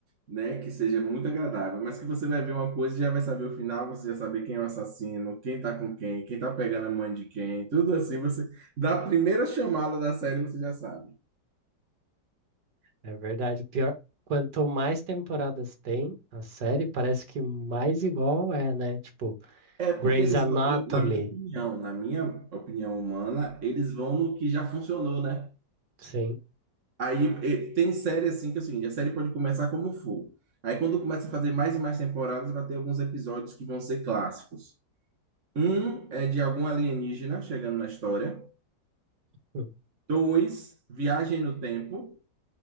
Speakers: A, on the right (about 45°); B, on the right (about 65°).
A: né, que seja muito agradável, mas que você vai ver uma coisa e já vai saber o final, você já saber quem é o assassino, quem tá com quem, quem tá pegando a mãe de quem, tudo assim, você, da primeira chamada da série você já sabe.
B: É verdade. Pior. Quanto mais temporadas tem a série, parece que mais igual é, né? Tipo,
A: É porque
B: Grey's
A: eles
B: Anatomy.
A: vão, eu- na minha opinião, na minha opinião humana, eles vão no que já funcionou, né?
B: Sim.
A: Aí e- tem série assim que assim, a série pode começar como for. Aí quando começa a fazer mais e mais temporadas, vai ter alguns episódios que vão ser clássicos. Um é de algum alienígena chegando na história.
B: Hum,
A: Dois, viagem no tempo,